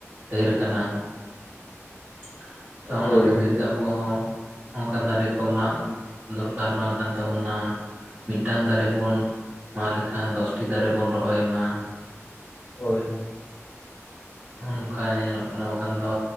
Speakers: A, on the right; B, on the left.
A: ᱰᱷᱮᱨ ᱟᱠᱟᱱᱟ ᱾
B: <inaudible>
A: <inaudible> ᱛᱚ ᱚᱱᱟ
B: ᱦᱳᱭ
A: ᱠᱷᱟᱹᱛᱤᱨ ᱟᱵᱚ ᱦᱚᱸ ᱱᱚᱝᱠᱟ ᱫᱟᱨᱮ ᱠᱚ ᱢᱟᱜ ᱫᱚᱨᱠᱟᱨ ᱵᱟᱝ ᱠᱟᱱ ᱛᱟᱵᱚᱱᱟ ᱾ ᱢᱤᱫᱴᱟᱝ ᱫᱟᱨᱮ ᱵᱚᱱ ᱢᱟᱜ ᱞᱮᱠᱷᱟᱱ ᱫᱚᱥᱴᱤ ᱫᱟᱨᱮ ᱵᱚᱱ ᱨᱚᱦᱚᱭ ᱢᱟ ᱾
B: ᱦᱳᱭ ᱾
A: ᱱᱚᱜ-ᱚᱭ ᱱᱚᱝᱠᱟ ᱧᱮᱞᱚᱜ ᱠᱟᱱᱟ ᱵᱟᱠᱷᱟᱱ ᱫᱚ